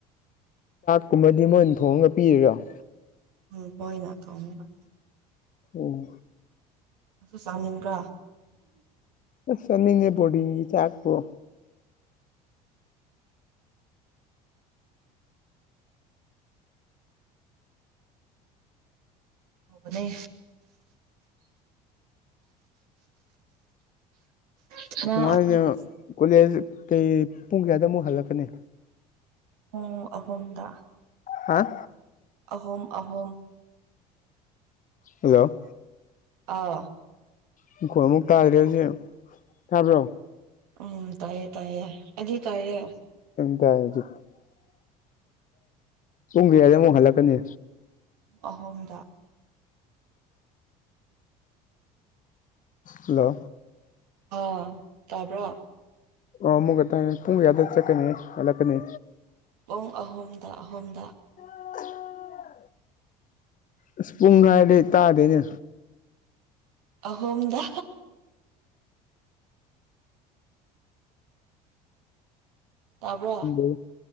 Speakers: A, on the left; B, on the right.
A: ꯀꯨꯝꯕꯗꯤ ꯃꯣꯏꯅ ꯊꯣꯡꯉꯒ ꯄꯤꯔꯔꯣ
B: ꯎꯝ ꯍꯣꯏ ꯅꯅꯥꯇ ꯑꯃ ꯂ
A: ꯑꯣ
B: ꯑ ꯆꯥꯅꯤꯡ ꯀ
A: ꯆꯅꯤꯦ ꯄꯣꯗꯤꯒꯤ ꯊꯥꯛꯕꯨꯣ
B: ꯐꯕꯅꯦ ꯑꯩꯈꯣꯏꯒꯤ
A: ꯃꯃꯅ ꯀꯣꯂꯦꯖ ꯀꯩ ꯄꯨꯡ ꯀꯌꯥꯗ ꯑꯃꯨꯛ ꯍꯜꯂꯛꯀꯅꯤ
B: ꯑꯣ ꯑꯍꯨꯝꯗ
A: ꯍꯥꯝ
B: ꯑꯍꯣꯨꯝ ꯑꯍꯣꯨꯝ
A: ꯍꯜꯂꯣ
B: ꯑꯥ
A: ꯑꯩꯈꯣꯏꯃꯨꯛ ꯇꯥꯗ꯭ꯔꯦ ꯍꯧꯖꯤꯛ ꯇꯥꯕ꯭ꯔꯣ
B: ꯎꯝ ꯇꯥꯏꯌꯦ ꯇꯥꯏꯌꯦ ꯑꯗꯨ ꯇꯥꯏꯌꯦ
A: ꯀꯖꯤ ꯄꯨꯡ ꯀꯌꯥꯗ ꯑꯃꯨꯛ ꯍꯜꯂꯛꯀꯅꯤ
B: ꯑꯍꯣꯨꯝꯗ
A: ꯍꯜꯂꯣ
B: ꯑ ꯇꯄ
A: ꯑ ꯑꯃꯨꯛꯒ ꯇ ꯇꯨꯡ ꯌꯥꯗ ꯆꯠꯀꯅꯤ ꯍꯜꯂꯛꯀꯅꯤ
B: ꯄꯨꯡ ꯑꯍꯨꯝꯗ ꯑꯍꯨꯝꯗ
A: <unintelligible> ꯑꯁ ꯄꯨꯡ ꯃꯏꯗꯩ ꯇꯥꯗꯣꯏꯅꯦ
B: ꯑꯍꯣꯝꯗ ꯇꯥꯕ꯭ꯔꯣ
A: ꯎ